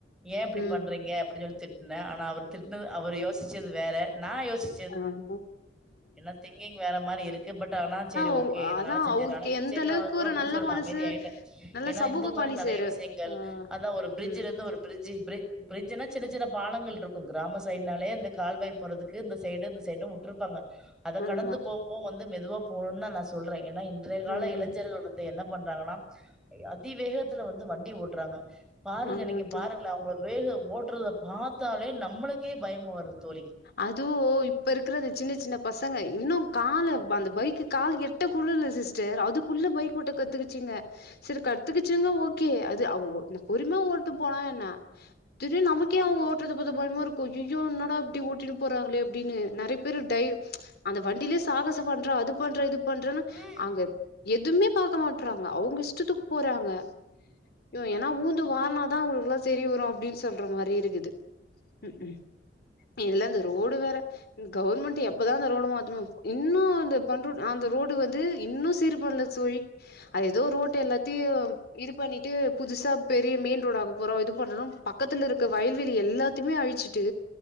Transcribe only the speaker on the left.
ம்
ஆஹ
உங்
அதா
அவருக்கு
எந்த
அளவுக்கு
ஒரு
நல்ல
மனசு
நல்ல
சமூக
பணி
செய்ற
ஆ
ம்
ஆமா
ம்
ஆமா
தோ
அதுவு இப்ப இருக்கிற அந்த சின்ன சின்ன பசங்க இன்னு கால அந்த பைக்கு கால் எட் டகூட இல்ல சிஸ்டர் அதுக்குள்ள பைக் ஓட்ட கத்துக்கிச்சுங்க சேரி கத்துக்கிச்சுங்க ஓகே அது அவங்க பொறுமையா ஓட்டு போனா என்ன இதுலயு நமக்கே அவங்க ஓட்டுறதுத பாத்தா பயமா இருக்கு ஐயயோ என்னடா இட்டி ஓட்டின்ட்டு போறாங்களே அப்டின்னு நறைய பேரு டைவ் அந்த வண்டிலேயே சாகச
பண்ற அது பண்ற இது பண்றேன்னு
அங்க எதுவுமே பாக்க மாட்டறாங்க அவங்க இஷ்டத்துக்கு போறாங்க ம் ஏன்னா வுழ்ந்து வாருனாதா அவங்களுக்குல்லா செரி வரு அப்டின்னு சொல்ற மாரி இருக்குது ம் ம் இதுல இந்த ரோடு வேற இந்த கவர்மெண்ட் எப்பதா அந்த ரோடு மாத்துமே இன்னு அந்த பண்ரு அந்த ரோடு வந்து இன்னு சீர் பண்ணல தோழி அது ஏதோ ரோட்டு எல்லாத்தையும் இது பண்ணிட்டு புதுசா பெரிய மெயின் ரோடாக்க போறோ இது பண்றோ பக்கத்துல இருக்க வயல்வெளி எல்லாத்த த்துமே அழிச்சுட்டு